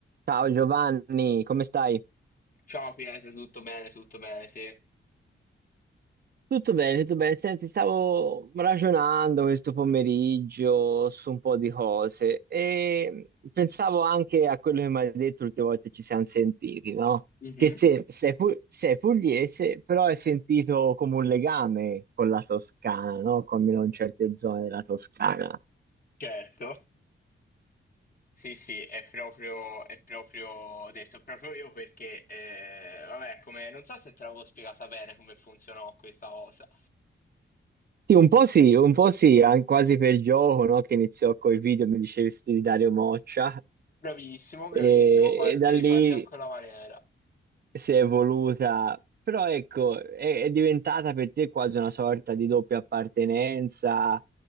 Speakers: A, on the right (about 50°); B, on the left (about 40°).
A: Ciao Giovanni, come stai?
B: Ciao Pietro, tutto bene, tutto bene, sì.
A: Tutto bene, tutto bene. Senti, stavo ragionando questo pomeriggio su un po' di cose e pensavo anche a quello che mi hai detto l'ultima volta che ci siamo sentiti, no?
B: Mhm,
A: Che te sei, pu- sei pugliese, però hai sentito come un legame con la Toscana, no? Con almeno in certe zone della Toscana.
B: Certo, sì, sì, è proprio, è proprio adesso, proprio io perché, eh, vabbè, come, non so se te l'avevo spiegata bene come funzionò questa cosa.
A: Sì, un po' sì, un po' sì, an- quasi per gioco, no? Che iniziò coi video, mi dicesti di Dario Moccia,
B: Bravissimo,
A: e,
B: bravissimo, parti,
A: e da lì
B: parti a quella maniera.
A: si è evoluta, però ecco, è, è diventata per te quasi una sorta di doppia appartenenza,